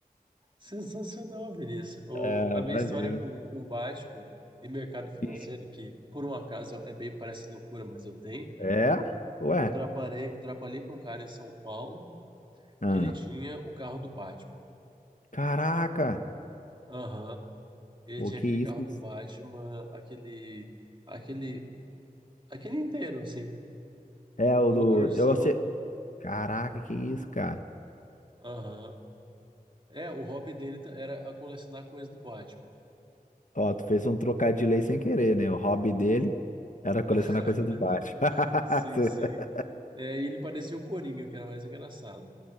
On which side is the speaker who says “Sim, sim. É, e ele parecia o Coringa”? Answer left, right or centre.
Right